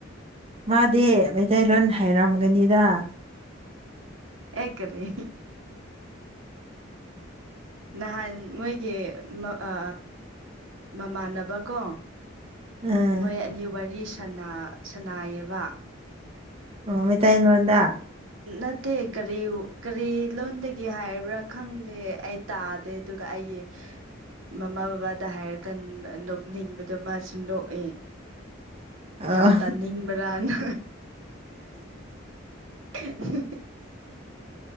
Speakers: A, on the right (about 30°); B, on the right (about 85°).
A: ꯃꯥꯗꯤ ꯃꯩꯇꯩꯂꯣꯟ ꯍꯩꯔꯝꯒꯅꯤꯗ
B: ꯑꯩ ꯀꯔꯤ ꯅꯍꯥꯟ ꯃꯣꯏꯒꯤ ꯑ ꯃꯃꯥꯟꯅꯕ ꯀꯣ
A: ꯎꯝ
B: ꯃꯣꯏ ꯑꯅꯤ ꯋꯥꯔꯤ ꯁꯅꯥꯏꯌꯦꯕ
A: ꯃꯤꯇꯩ ꯂꯣꯟꯗ
B: ꯅꯠꯇꯦ ꯀꯔꯤ ꯀꯔꯤ ꯂꯣꯟꯗꯒꯤ ꯍꯥꯏꯕ꯭ꯔꯥ ꯈꯪꯗꯦ ꯑꯩ ꯇꯥꯗꯦ ꯑꯗꯨꯒ ꯑꯩ ꯒꯤ ꯃꯃꯥ ꯕꯕꯥꯗ ꯍꯥꯢꯔꯀꯟ ꯅꯣꯛꯅꯤꯡꯕꯗꯣ ꯃꯥꯁꯨ ꯅꯣꯛ ꯑꯦ
A: ꯑꯣ
B: ꯌꯥꯝ ꯇꯥꯅꯤꯡꯕ꯭ꯔꯥꯅ <unintelligible>